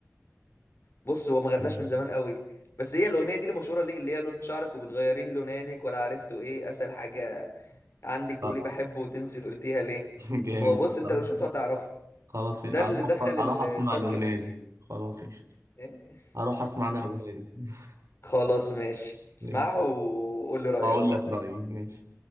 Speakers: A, on the left; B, on the right.
A: بص هو ما غناش
B: مم.
A: من زمان قوي بس هي الاغنيه دي اللي مشهوره ليه اللي هي لون شعرك وبتغيريه لونك ولا عرفته ايه اسهل حاجه عندك تقولي
B: اه
A: بحبه وتنسي قلتيها ليه
B: <laughs> جامد
A: هو بص انت
B: آه.
A: لو شفته هتعرفه
B: خلاص إيه،
A: ده اللي
B: اروح
A: دخل
B: أتفرج-
A: ال-
B: اروح اسمع
A: الفانك
B: الاغنيه
A: مصر
B: دي خلاص قشطه
A: <laughs> إيه؟
B: اروح اسمع انا الاغنيه دي <laughs>
A: خلاص ماشي اسمعها
B: ماشي.
A: وقول لي رايك
B: واقول
A: بقى
B: لك رايي ماشي